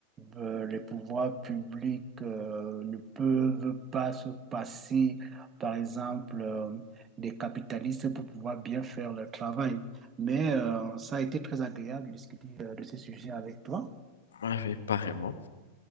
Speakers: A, on the right (about 25°); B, on the left (about 65°).
A: Euh, les pouvoirs publics euh, ne peuvent pas se passer, par exemple, euh, des capitalistes pour pouvoir bien faire leur travail. Mais euh, ça a été très agréable de discuter euh, de ces sujets avec toi.
B: Ah oui, pareillement.